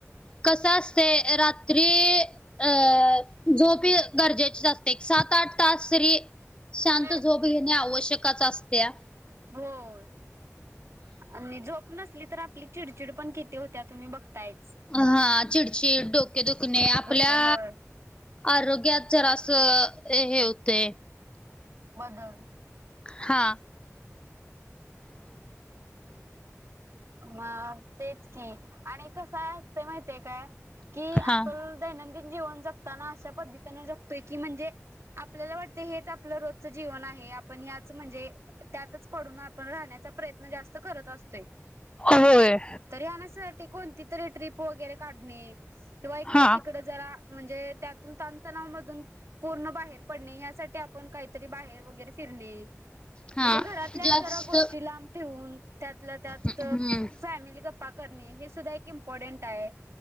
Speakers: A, on the left (about 20°); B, on the right (about 60°).
A: कसं असतय. रात्री अ झोप ही गरजेची असते. सात-आठ तास री शांत
B: हम्म
A: झोप घेणे आवश्यकच असत्या.
B: होय आणि झोप नसली तर, आपली चिडचिड पण किती होत्या. तुम्ही बघताय.
A: हा चिडचिड, डोके दुखणे आपल्या
B: होय
A: आरोग्यात जरास अ हे होते.
B: बदल
A: हा.
B: मग तेच की आणि कसं आहे. असतय माहित आहे काय कि आपण
A: हां.
B: दैनंदिन जीवन जगताना अशा पद्धतीन जगतोय की म्हणजे, आपल्याला वाटत हेच आपलं रोजचं जीवन आहे. हे. आपण ह्याच म्हणजे त्यातच पडून आपण राहण्याचा प्रयत्न जास्त करत असतोय. ते
A: होय.
B: तरीही असं टिकून कुठलीतरी ट्रिप वगैरे काढणे. किंवा इकड
A: हां.
B: तिकड जरा म्हणजे त्यातून ताण तणाव मधून पूर्ण बाहेर पडणे. यासाठी आपण काहीतरी बाहेर वगैरे फिरणे.
A: हां,
B: म्हणजे घरातल्या
A: जास्त
B: जरा गोष्टी लांब ठेवून त्यातल्या त्यात
A: हं,
B: फॅमिली ग पा करणे. हे सुद्धा एक इम्पॉर्टंट आहे.